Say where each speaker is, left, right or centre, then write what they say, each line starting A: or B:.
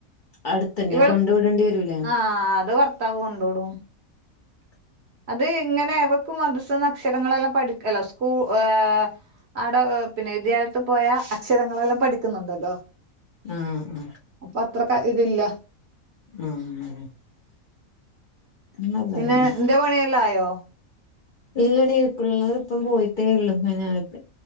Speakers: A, on the left (about 45°); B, on the right (about 55°).
A: അടുത്തന്നെ
B: ഇവള്
A: കൊണ്ട് വിടേണ്ടി വരൂലേ
B: ആഹ അത് ഭർത്താവ് കൊണ്ടോടും
A: ഉ
B: അത് ഇങ്ങനെ അവക്ക് മദ്രസ്ന്നക്ഷരങ്ങളെല്ലാം പഠിക്ക അല്ല സ്കൂ ഏഹ് ആടെ പിന്നെ വിദ്യാലയത്തിൽ പോയാൽ അക്ഷരങ്ങളെല്ലാം പഠിക്കുന്നുണ്ടല്ലോ
A: ആ ഉം
B: അപ്പൊ അത്രക്ക് അ ഇതില്ല
A: ഉം നല്ലതന്നെ
B: പിന്നെ ഇന്റെ പണിയെല്ലായോ?
A: ഇല്ലടീ പിള്ളേരിപ്പം പോയിട്ടേ ഉള്ളു പി